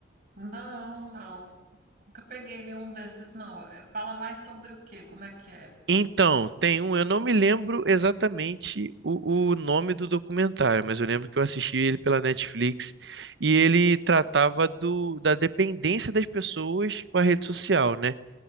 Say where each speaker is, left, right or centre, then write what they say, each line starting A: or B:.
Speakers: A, on the right; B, on the right.
A: não, não. Nunca peguei nenhum desses, não. Eh, Fala mais sobre o quê? Como é que é?
B: Então, tem um, eu não me lembro exatamente o, o nome do documentário, mas eu lembro que eu assisti ele pela Netflix e ele tratava do, da dependência das pessoas com a rede social, né?